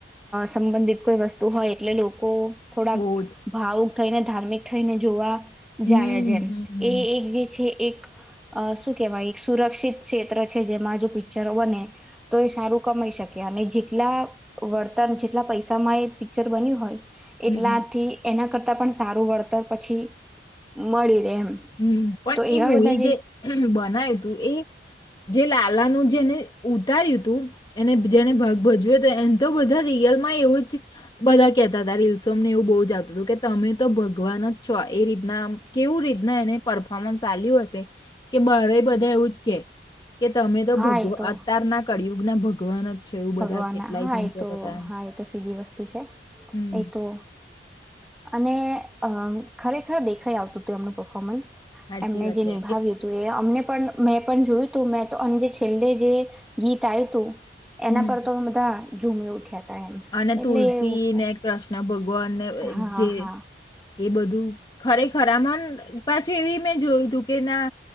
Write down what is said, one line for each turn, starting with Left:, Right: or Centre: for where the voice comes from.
Centre: સંબંધિત કોઈ વસ્તુ હોય એટલે લોકો થોડાક
Left: બહુ જ.
Centre: ભાવ થઈને ધાર્મિક થઈને જોવા
Left: હમ,
Centre: જાયજ જેમ
Left: હમ, હમ.
Centre: એ એક જે છે. એક શું કહેવાય એક સુરક્ષિત ક્ષેત્ર છે, જેમાં જો પિક્ચરો બને તો એ સારું કમાઈ શકે અને જેટલા વર્તર જેટલા પૈસામાં એ પિક્ચર બન્યું હોય.
Left: હમ,
Centre: એટલાથી
Left: હમ.
Centre: એના કરતા તા પણ સારું વળતર પછી મળી રહે એમ
Left: હમ પણ
Centre: તો
Left: એ
Centre: એવા
Left: મુવી
Centre: બધા
Left: જે બનાવ્યું હતું. એ જે લાલાનું જેને ઉતાર્યું હતું એને જેને ભાગ ભજવ્યો હતોું એને તો બધા રિયલ માં એવું જ બધા કેહેતા હતા રીલ્સોને એવું બહુ જ આવતું હતું કે તમે તો ભગવાન જ છો એ રીતના કેવું રીત એને પરફોર્મન્સ ચાલ્યું હશે કે બરે બધા એવું જ કે કે તમે તો
Centre: હા
Left: ભગવા
Centre: એ તો
Left: અતાર ના કર્યું. ના ભગવાન જ છો એવું બધા
Centre: ભગવાન
Left: કેટલાય
Centre: હા
Left: જણ
Centre: એ
Left: કહેતા
Centre: તો
Left: હતા એમ
Centre: હા એ તો સીધી વસ્તુ છે
Left: હમ
Centre: એ તો અને અ ખરેખર દેખાઈ આવતું હતું એમનું પર્ફોર્મન્સ
Left: સાચી
Centre: એમને
Left: વાત
Centre: જે
Left: છે
Centre: નિભાવ્યું હતું એ અમને પણ મેં પણ જોયું તું મેં તો અ જે છેલ્લે જે ગીત આવ્યું હતું. એના
Left: હમ
Centre: પર તો હ બધા ઝુમે ઉઠ્યા હતા. એમ
Left: અને
Centre: એટલે
Left: તુલસી
Centre: એવું છે
Left: ને શ્ ભગ વાન ને
Centre: હા
Left: જે
Centre: હા
Left: એ બધું ખરેખર આ મન પછી એવી મેં જોયું તું કે ના